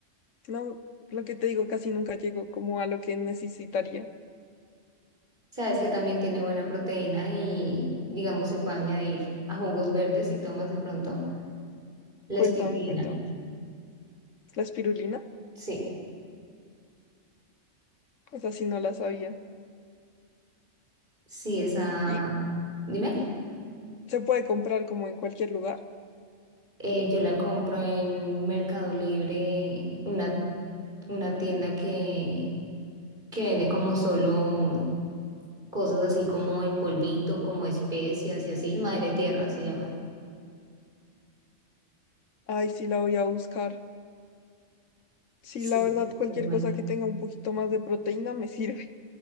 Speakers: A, on the left; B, on the right.
A: No, lo que te digo, casi nunca llego como a lo que necesitaría.
B: Sabes que también tiene buena proteína y, digamos, se puede añadir a jugos verdes y tomas de pronto la
A: Cuéntame,
B: espirulina.
A: cuéntame. La espirulina,
B: Sí,
A: esa sí no la sabía.
B: sí, esa...
A: Y
B: Dime.
A: se puede comprar como en cualquier lugar.
B: Eh, yo la compro en Mercado Libre, una, una tienda que, que vende como solo cosas así como en polvito, como especias y así. Madre Tierra se llama.
A: Ay, sí, la voy a buscar. Sí,
B: Sí.
A: la verdad, cualquier
B: Es buena.
A: cosa que tenga un poquito más de proteína me <laughs> sirve.